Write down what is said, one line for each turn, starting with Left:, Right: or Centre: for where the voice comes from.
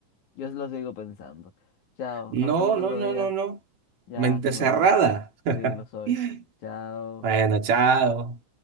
Left: Yo lo sigo pensando. Chao,
Right: no,
Left: hablamos otro
Right: no, no,
Left: día.
Right: no, no.
Left: Ya
Right: Mente
Left: que
Right: cerrada.
Left: me voy. Sí, lo soy.
Right: <laughs>
Left: Chao.
Right: Bueno, chao.